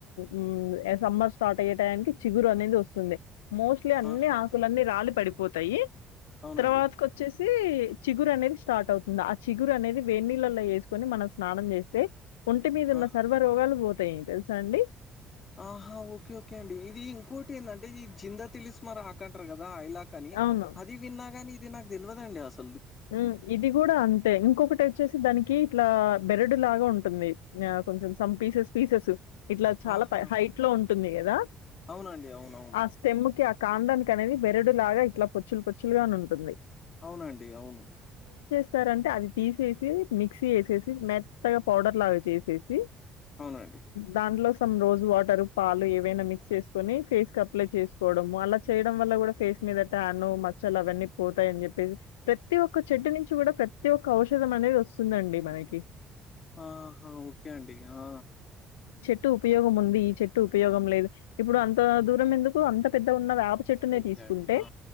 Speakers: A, on the left; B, on the left.
A: ఊ సమ్మర్ స్టార్ట్ అయ్యే టైయమ్కీ చిగురు అనేది వస్తుంది. మోస్ట్లీ అన్నీ
B: ఆహా
A: ఆకులన్నీ రాలి పడిపోతాయి
B: అవునండి
A: తర్వాతకొచ్చేశి శీ చిగురు అనేది స్టార్ట్ అవుతుంది ఆ చిగురు అనేది వేడి నీళ్ళలో వేసుకొని మనం స్నానం చేస్తే. ఒంటి మీద ఉన్న
B: ఆ
A: సర్వ రోగాలు పోతయి తెలుసా అండి.
B: ఆహా ఓకే ఓకే అండి ఇదీ ఇంకోటి ఏందంటే ఇద్ జిందా తిలిసిమార్ ఆకంటారు గదా ఐలాక్ అనీ
A: అవును.
B: అది విన్నాగానీ ఇది నాకు తెల్వదండి అసల్
A: ఊ ఇది గూడా అంతే ఇంకొకటైత్ వచ్చేశీ దానికీ ఇట్లా బెరడు లాగా ఉంటుంది ఆ కొంచెం సమ్ పీసెస్ పీసెస్ ఇట్లా చాలా
B: ఆహా
A: హైట్ లో ఉంటుంది గదా
B: అవునండి అవునవును
A: ఆ స్టెమ్ముకి ఆ కాండానిక్ అనేది బెరడు లాగా ఇట్లా పొచ్చులు పొచ్చులుగాను ఉంటుంది.
B: అవునండి అవును
A: ఇస్తారంటే అది తీసేసి మిక్సీ ఏసేసి మెత్తగా పౌడర్ లాగా చేసేసి.
B: అవునండి
A: దాంట్లో సమ్ రోజ్ వాటరు పాలు ఏవైనా మిక్స్ చేసుకొనీ ఫేస్ కి అప్లై చేసుకోవడము అలా చేయడం వల్ల గూడా ఫేస్ మీద టాను మచ్చలు అవన్నీ పోతాయి అని చెప్పేసి. ప్రతీ ఒక్క చెట్టు నుంచి గూడా ప్రతి ఒక్క ఔషధం అనేది వస్తుందండి మనకి.
B: ఆహా ఓకే అండి ఆ
A: టు ఉపయోగం ఉంది ఈ చెట్టు ఉపయోగం లేదు ఇప్పుడు అంతా దూరం ఎందుకు అంత పెద్దగ్ ఉన్నద్ ఆప్ ప చెట్టునే
B: ఓకే
A: తీసుకుంటే
B: అండి ఆ